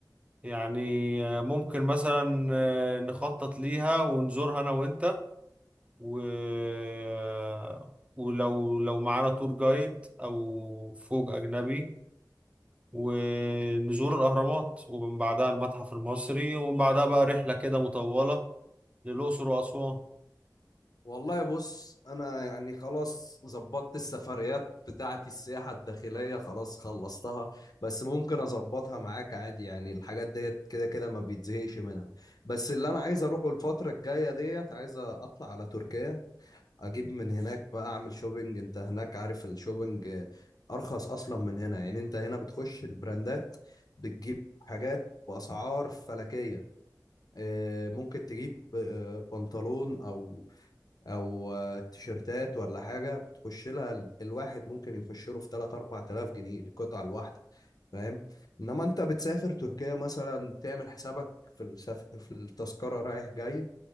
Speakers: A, on the right; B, on the left.
A: يعني آه، ممكن مثلا آه، نخطط ليها ونزورها انا وانت و... آه، ولو لو معانا تور جايد او فوج اجنبي ونزور الاهرامات ومن بعدها المتحف المصري ومن بعدها بقى رحلة كده مطولة للاقصر واسوان
B: والله بص انا يعني خلاص ظبطت السفريات بتاعتي السياحة الداخلية خلاص خلصتها بس ممكن اظبطها معاك عادي يعني الحاجات ديت كده كده ما بيتزهقش منها بس اللي انا عايز اروحه الفترة الجاية ديت عايز اطلع على تركيا اجيب من هناك بقى اعمل شوبينج انت هناك عارف الشوبينج ارخص اصلا من هنا يعني انت هنا بتخش البراندات بتجيب حاجات باسعار فلكية آه، ممكن تجيب آه، بنطلون او او آه، تيشيرتات ولا حاجه بتخش لها ال- الواحد ممكن يخش له في 3 4000 جنيه القطعه الواحده فاهم انما انت بتسافر تركيا مثلا تعمل حسابك في السف... في التذكره رايح جاي